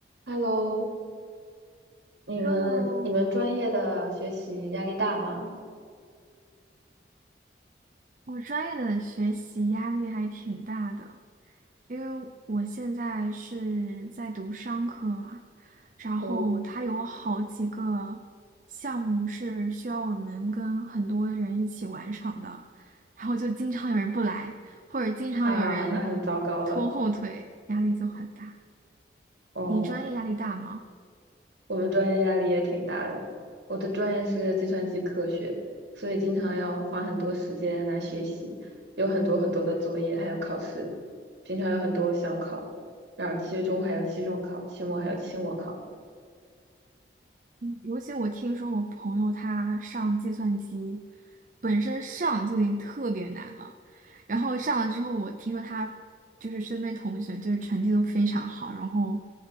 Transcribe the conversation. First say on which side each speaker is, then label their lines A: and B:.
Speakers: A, on the right; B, on the right.
A: Hello，你们你们专业的学习压力大吗？
B: Hello，我专业的学习压力还挺大的，因为我现在是在读商科嘛，然后它有好几个项目是需要我们跟很多人一起完成的，
A: 哦，
B: 然后就经常有人不来，或者经常有人
A: 啊，那很糟糕了。
B: 拖后腿，压力就很大。
A: 哦，
B: 你专业压力大吗？
A: 我们专业压力也挺大的。我的专业是计算机科学，所以经常要花很多时间来学习，有很多很多的作业，还有考试。平常有很多小考，然后期中还有期中考，期末还有期末考。
B: 尤其我听说我朋友他上计算机，本身上就已经特别难了，然后上了之后，我听说他就是身边同学就是成绩都非常好，然后